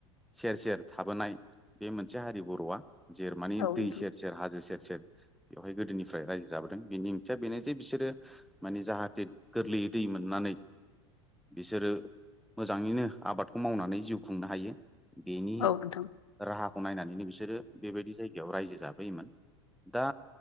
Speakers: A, in the centre; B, on the left.
A: सेर सेर थाबोनाय बे मोनसे हारि बर'आ जेर माने
B: औ नोंथां
A: दै सेर सेर हाजो सेर सेर बेवहाय गोदोनिफ्राय रायजो जाबोदों बेनि ओंथिया बेनो जे बि बिसोरो माने जाहाथे गोरलैयै दै मोननानै बिसोरो मोजाङैनो आबादखौ मावनानै जिउ खुंनो हायो बेनि
B: औ नोंथां
A: राहाखौ नायनानै नो बिसोरो बेबायदि जायगायाव रायजो जाफैयोमोन दा